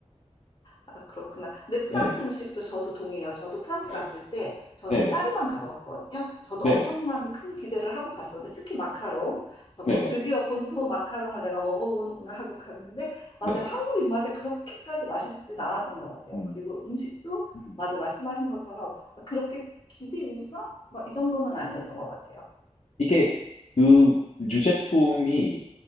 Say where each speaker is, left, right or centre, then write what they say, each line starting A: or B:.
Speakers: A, on the left; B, on the left.
A: 아, 그렇구나. 근데 프랑스
B: 네,
A: 음식도 저도 동의해요. 저도 프랑스
B: 네,
A: 갔을 때 저는
B: 네네
A: 파리만 가봤거든요. 저도
B: 네네
A: 엄청난 큰 기대를 하고 갔었는데 특히 마카롱. 저
B: 네네.
A: 보- 드디어 본토 마카롱을 내가 먹어보는구나 하고 갔는데 맞아요.
B: 네네.
A: 한국 입맛에 그렇게까지 맛있진 않았던 것 같아요.
B: 음.
A: 그리고 음식도
B: 음.
A: 맞아요. 말씀하신 것처럼 아, 그렇게 기대 이상? 막 이 정도는 아니었던 것 같아요.
B: 이게 그 유제품이